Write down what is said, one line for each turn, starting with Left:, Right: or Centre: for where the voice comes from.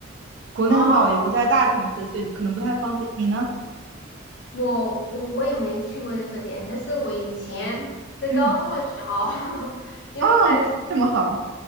Right: 国内的话我也不在大城市，
Left: 哦，
Right: 所以就可能不太方便。你呢？
Left: 我我我也没去过在这边，但是我以前在高中的时候，
Right: 嗯，
Left: <laughs> 因为那个。
Right: 啊，这么好，